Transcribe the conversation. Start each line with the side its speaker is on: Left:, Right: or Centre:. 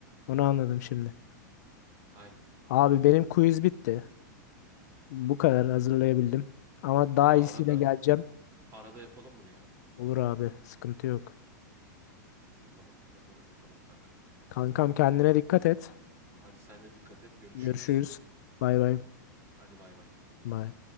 Left: Onu anladım şimdi.
Right: Aynı.
Left: Abi benim quiz bitti. Bu kadar hazırlayabildim. Ama daha
Right: Valla
Left: iyisiyle
Right: arada
Left: geleceğim.
Right: arada yapalım bunu ya.
Left: Olur abi, sıkıntı yok.
Right: Yapalım. Yapalım yapalım kanka.
Left: Kankam kendine dikkat et.
Right: Hadi sen de dikkat et. Görüşürüz.
Left: Görüşürüz. Bay bay.
Right: Hadi bay bay.
Left: Bay.